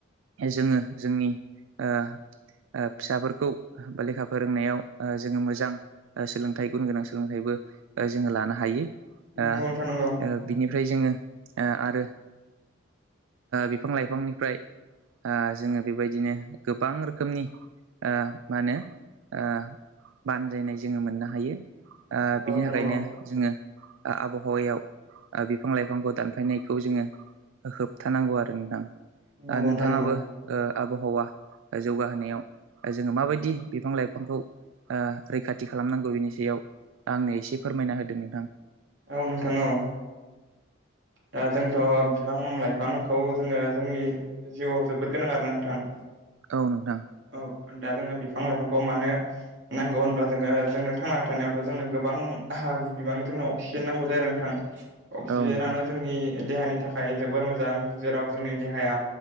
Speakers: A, on the right; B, on the right.
A: जोङो जोंनि ओ ओ फिसाफोरखौ बालेखा फोरोंनायाव जोङो मोजां सोलोंथाइ गुन गोनां सोलोंथाइबो बो जों लानो हायो ओ
B: नंगौ नोंथां नंगौ
A: बिनिफ्राय जोङो ओ आरो बिफां लाइफांनिफ्राय ओ जोङो बेबायदिनो गोबां रोखोमनि ओ मा होनो ओ बानजायनाय जोङो मोननो हायो ओ
B: नंगौ
A: बिनि
B: नोंथां नंगौ नोंथां
A: थाखायनो
B: नंगौ
A: जोङो आबहावायाव बिफां लाइफांखौ दानफायनायखौ जोङो होबथानांगौ आरो नोंथां ओ
B: नंगौ नोंथां
A: नोंथाङाबो
B: नंगौ
A: ओ आबहावा जौगाहोनायाव जोङो माबायदि बिफां लाइफांखौ ओ रैखाथि खालामनांगौ बिनि सायाव आंनो एसे फोरमायना होदों नोंथां
B: औ नोंथां औ दा जोंथ' बिफां लाइफांखौ जोङो जोंनि जिउआव जोबोर गोनां आरोना नोंथां
A: औ नोंथां
B: औ दा जोङो बिफां लाइफांखौ मानो नांगौ होनबा जोङो जोंनो थांना थानायावथ' जोंनो गोबां बिबांनिनो अक्सिजेन नांगौ जायो आरो नोंथां अक्सिजेनानो
A: औ नोंथां
B: जोंनि देहानि थाखाय जोबोर मोजां जेराव जोंनि देहाया